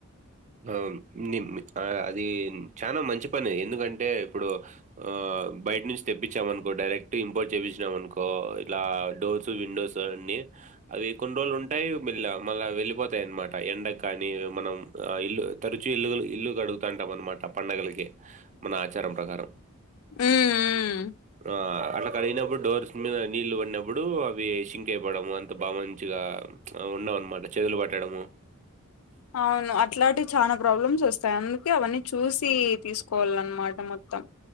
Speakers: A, on the right; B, on the left.
A: ఆ ని మీ అది చానా మంచి పనే ఎందుకంటే ఇప్పుడు ఆ ఆ బయట నుంచి తెప్పించాం అనుకో డైరెక్ట్ ఇంపోర్ట్ చేపిచినాం అనుకో ఇలా డోర్స్ విండోస్ అన్ని అవి కొన్ని రోజులు ఉంటాయి మీల మళ్ళా వెళ్ళిపోతాయి అన్నమాట ఎండకు కానీ మనం ఆ ఇల్లు తరుచు ఇల్లు ఇల్లు కడుగుతాంటాం అనమాట పండగలకి మన ఆచారం ప్రకారం
B: మ్ మ్
A: ఆ అటె కడిగినప్పుడు డోర్స్ మీద నీళ్లుు పడినప్పుడు అవి షింక్ అయిపోడం అంత బాగా మంచిగా ఆవ్ ఉండవ్ అన్నమాట చేదులు పట్టడము
B: అవును అట్లాంటివీ చాలా ప్రాబ్లమ్స్ ఓస్తాయి అందుకే అవన్నీ చూసి తీసుకోవాలన్నమాట మొత్తం